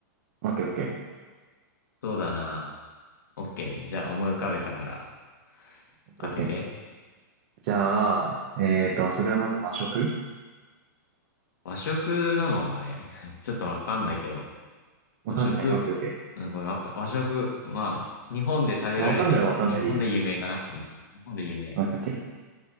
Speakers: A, on the right; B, on the left.
A: オッケーオッケー
B: そうだな。オッケー。じゃあ思い浮かべたから
A: オッケーオッケー
B: 当てて。
A: じゃあ、えーと、それはまず和食
B: 和食なのあれ。<laughs> ちょっとわかんないけど。
A: わかんない。
B: 和食、
A: オッケーオッケー。
B: うん、ごめん、わか和食、まあ、日本で食べられてる。
A: まあ、わかんないはわかんないでいいや。
B: 日本で有名かなうん。日本で有名。
A: オッケーオッケー